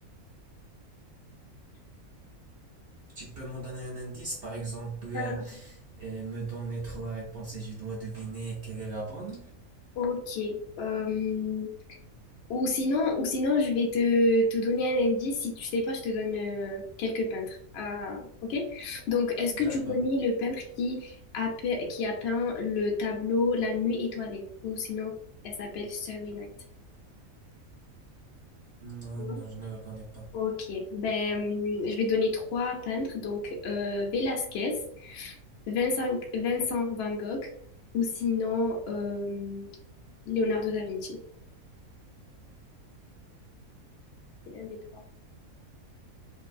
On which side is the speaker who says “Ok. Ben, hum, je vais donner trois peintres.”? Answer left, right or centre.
Left